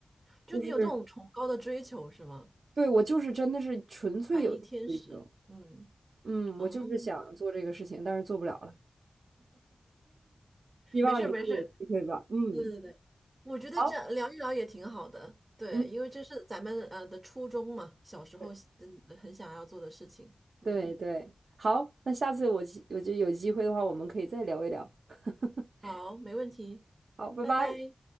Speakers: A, on the right; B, on the right.
A: 就你有这种崇高的追求是吗？
B: 就是对我就是真的是纯粹有这个追求，
A: 白衣天使，嗯
B: 嗯，
A: 嗯，
B: 我就是想做这个事情，但是做不了了，希望以后有机会吧，
A: 没事儿没事儿，
B: 嗯，
A: 对对对，我觉得这样聊一聊也挺好的，
B: 好，
A: 对，
B: 嗯，
A: 因为这是咱们呃的初衷嘛，小时候真的很想要做的事情，
B: 对
A: 嗯，
B: 对对，好，那下次我我觉得有机会的话，我们可以再聊一聊，<laughs>
A: 好，没问题，
B: 好，拜拜。
A: 拜拜。